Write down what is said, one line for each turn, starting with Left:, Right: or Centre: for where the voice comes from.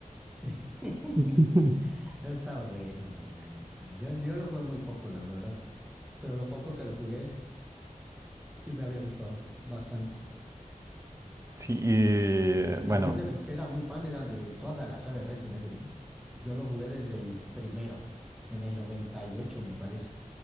Centre: sí. <laughs>
Right: <laughs>
Centre: Está bueno, güey, la neta. Yo, yo lo jugué muy poco, la verdad, pero lo poco que lo jugué sí me había gustado bastante.
Right: Sí, y bueno.
Centre: También de los que era muy fan era de toda la saga de Resident Evil, ¿eh? Yo lo jugué desde el primero, en el 98 me parece